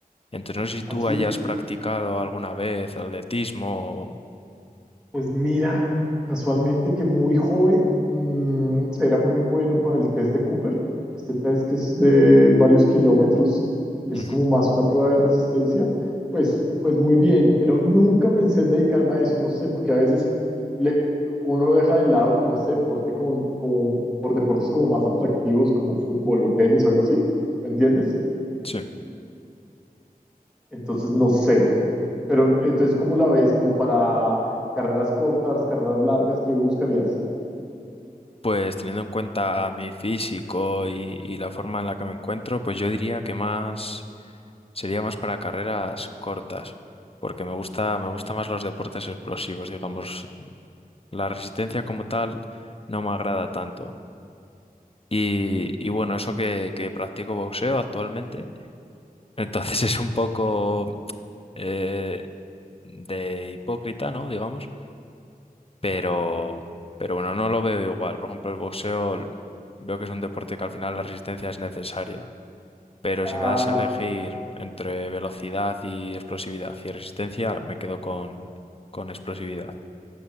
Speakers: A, on the left (about 40°); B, in the centre.
A: Entonces, no sé si tú
B: Así,
A: hayas practicado alguna vez atletismo. o-
B: pues mira, casualmente que muy joven mm, era muy bueno para el test de Cooper. Este test que es de varios kilómetros, es
A: Ujú,
B: como más una prueba de resistencia. Pues, pues muy bien, pero nunca pensé en dedicarme a eso, no sé, porque a veces le- uno lo deja de lado como este deporte con, con- por deportes como más atractivos, como fútbol o tenis o algo así, ¿me entiendes?
A: Sí.
B: Entonces, no sé, Pero entonces, ¿cómo la ves? ¿Como para carreras cortas, carreras largas? ¿Qué buscarías?
A: Pues teniendo en cuenta mi físico y, y la forma en la que me encuentro, pues yo diría que más. Sería más para carreras cortas, porque me gusta, me gusta más los deportes explosivos, digamos. La resistencia como tal no me agrada tanto. Y, y bueno, eso que, que practico boxeo actualmente, entonces <laughs> es un poco eh, de hipócrita, ¿no? Digamos, pero, pero bueno, no lo veo igual. Por ejemplo, el boxeo veo que es un deporte que al final la resistencia es necesaria. Pero
B: Claro,
A: si me das a elegir entre velocidad y explosividad y resistencia, me quedo con, con explosividad.